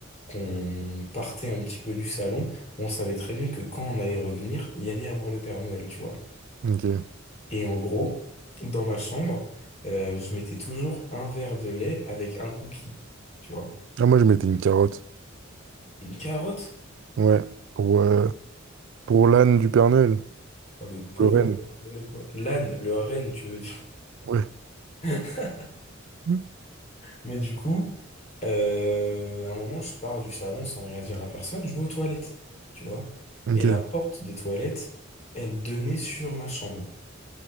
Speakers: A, on the left; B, on the right.
A: qu'on partait un petit peu du salon, on savait très bien que quand on allait revenir, il y allait avoir le Père Noël, tu vois.
B: Ok.
A: Et en gros, dans ma chambre, euh, je mettais toujours un verre de lait avec un cookie, tu vois.
B: Ah, moi, je mettais une carotte.
A: Une carotte.
B: Ouais. Pour, euh, pour l'âne du Père Noël.
A: Oh, le pauvre
B: Le renne.
A: Père Noël, quoi. L'âne, le renne, tu veux dire.
B: Ouais.
A: <laughs>
B: Mm.
A: Mais du coup, euh, à un moment, je pars du salon sans rien dire à personne, je vais aux toilettes, tu vois.
B: Ok.
A: Et la porte des toilettes, elle donnait sur ma chambre.